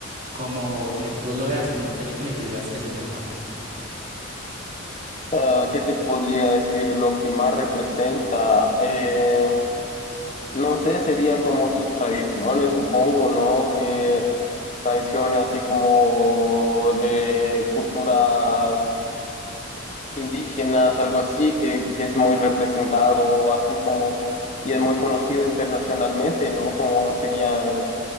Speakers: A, on the right; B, on the left.
A: como que tú lo veas en una película y tú digas, eso es de acá.
B: Ah, ¿qué te podría decir lo que más representa? Eh, no sé, sería como sus tradiciones, supongo, ¿no? Eh, tradiciones así como de culturas indígenas, algo así, que, que es muy representado, así como, y es muy conocido internacionalmente, ¿no? Como serían,